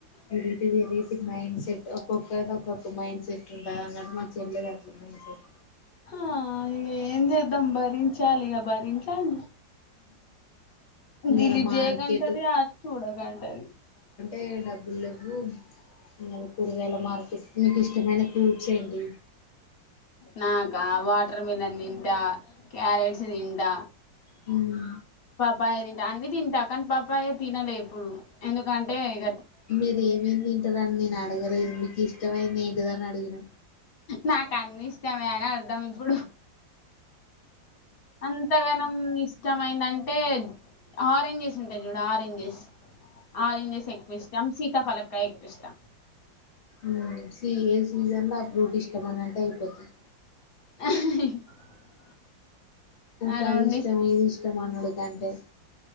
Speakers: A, on the left; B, on the left.
A: ఎరిటివ్ ఎరిటి మైండ్స్. ఒక్కొక్కరిది ఒక్కొక్క మైండ్ సెట్. న నంబర్ చెల్లా ద. మెస్సేజ్.
B: ఆ ఇగ ఏంజద్ధం బరి. చాలిగా భరించండి
A: ఇవాళ
B: దిలిట్
A: మార్కెట్
B: చేయకంటది అ చూడక అంటది.
A: ఏ డబ్బులు లెవ్వు. ఇవాళ కూరగాయలా మార్కె స్. మీకు ఇష్టమైన ఫ్రూడ్స్ ఏంటి.
B: నాకా వాటర్ మిలన్ తింటా క్యారెట్స్ తింటా.
A: అవును.
B: పాపాాయ తింటా అన్ని తింటా కానీ పాపాయ తినలే ఎప్పుడు ఎందుకంటే ఇ.
A: మీరు ఎమ్ ఏం తింటారని నేను అడగలేదు మీక్. ఇష్టమైది. ఏదన్న అడిగిన.
B: నాకు అన్ని ఇష్టమే అని అర్థం ఇప్పుడు. అంతగానం ఇష్టమైంద. అంటే ఆరెంజెస్ ఉంటాయి చూడు ఆరెంజెస్. ఆరెంజెస్ ఎక్కువ ఇష్టం సీతా పల్కాయ ఎక్కువ ఇష్టం.
A: ఊ సి ఏ సీజన్ లో ఆ ఫ్రూట్ ఇష్టం అని అంటే అయిపోతాయి.
B: <inaudible>
A: ఇకా
B: ఆ రెండు
A: అది ఇష్టం ఏది ఇష్టం అన్నడుకంటే